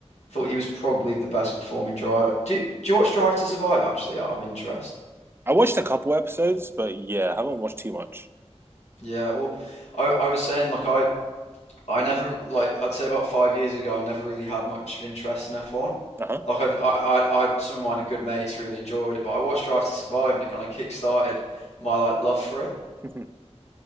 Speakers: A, on the left; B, on the right.
A: Thought he was probably the best performing driver. Do you, do you watch Drive to Survive actually out of interest?
B: I watched a couple episodes, but yeah, I haven't watched too much.
A: Yeah, well, I, I was saying like I I never like I'd say about five years ago I never really had much of an interest in F1.
B: Uh
A: Like I'd, I, I, I, some of my good mates really enjoyed it, but I watched Drive to Survive and it kind of kick-started my like love for it.
B: huh. <laughs>